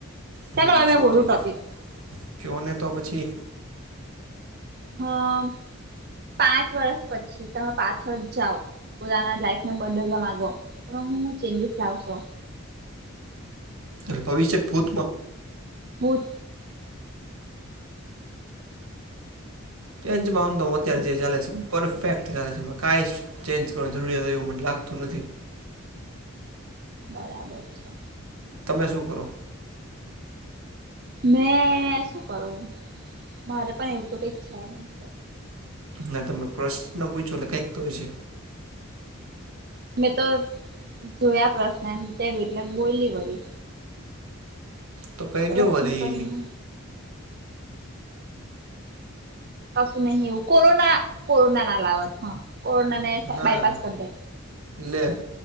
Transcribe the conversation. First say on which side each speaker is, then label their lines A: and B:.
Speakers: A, on the right (about 45°); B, on the right (about 90°).
A: ચાલો
B: હમ્મ
A: હવે મેં
B: સમજી
A: બોલું ટોપિક
B: ગયો કયો ને તો પછી.
A: હા પાંચ વર્ષ પછી તમે પાછળ જાવ પોતાના લાઈફને બદલવા માગો તો હું ચેન્જીસ લાવશો
B: એટલે ભવિષ્ય ભૂત.
A: ભૂત.
B: ચેન્જમાં આમ તો હું અત્યારે જે ચાલે છે પરફેક્ટ ચાલે છે કાઈ ચેન્જ કરવાની જરૂરિયાત હોય એવું મને લાગતું નથી
A: બરાબર છે.
B: તમે શું કરો?
A: મેં શું કરું મારે પણ એવું તો કઈ છે નહી.
B: ના તમે પ્રશ્ન પૂછો કઈક તો હોય છે.
A: મેં તો જોયા પ્રશ્નને વિચાર્યું એટલે બોલી વળી
B: કઈ
A: પ્રશ્ન
B: દીયો વરી.
A: કરીને કશુ નહી એવું કોરોના કોરોના ના લાવત કોરોના ને
B: ના
A: બાયપાસ
B: ના
A: કરદે.
B: લે